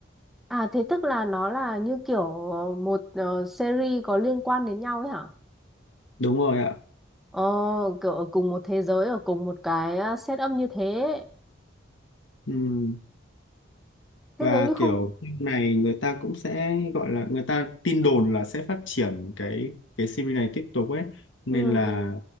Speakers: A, in the centre; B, on the left.
A: À thế tức là nó là như kiểu một ờ, series có liên quan đến nhau ấy hả?
B: đúng rồi ạ
A: Ờ, kiểu ở cùng một thế giới, ở cùng một cái ờ, setup như thế.
B: Ừm,
A: Thế
B: và
A: nếu như không
B: kiểu phim này người ta cũng sẽ gọi là người ta tin đồn là sẽ phát triển cái cái series này tiếp tục ấy nên
A: ừ
B: là
A: ừ